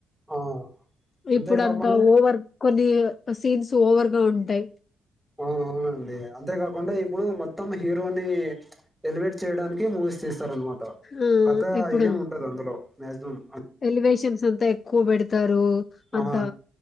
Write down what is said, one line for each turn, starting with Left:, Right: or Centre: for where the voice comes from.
Centre: ఆ! అంతేకాకుండా
Left: ఇప్పుడు అంతా ఓవర్ కొన్ని సీన్స్ ఓవర్ గా ఉండ్ టైమ్
Centre: అవునవునండి అంతేకాకుండా ఇందులో మొ తమ్ హీరో ఎలివేట్ చేయడానికి మూవీస్ తీస్త్ తార్ అనమాట
Left: ఆ,
Centre: కథ
Left: ఇప్పుడు
Centre: ఏం ఉండదు అందులో మ్యాజ్ మమ్
Left: ఎలివేషన్స్ అంత ఎక్కువ బెడుతారు
Centre: ఆ!
Left: అంతా